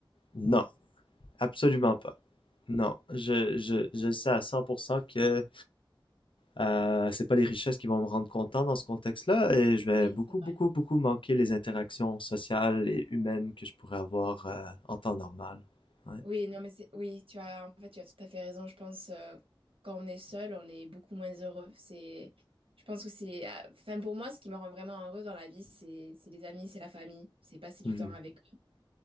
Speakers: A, on the left; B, on the right.
A: Non, absolument pas. Non, je, je, je sais à 100% que euh, c'est pas les richesses qui vont me rendre content dans ce contexte-là et je vais
B: Oui,
A: beaucoup,
B: c'est
A: beaucoup,
B: vrai.
A: beaucoup manquer les interactions sociales et humaines que je pourrais avoir euh, en temps normal. Ouais.
B: Oui, non, mais c'est, oui, tu as, en fait, tu as tout à fait raison. Je pense, euh, quand on est seul, on est beaucoup moins heureux. C'est, je pense que c'est, euh, enfin, pour moi, ce qui me rend vraiment heureuse dans la vie, c'est, c'est les amis, c'est la famille, c'est passer du
A: Mhm.
B: temps avec eux.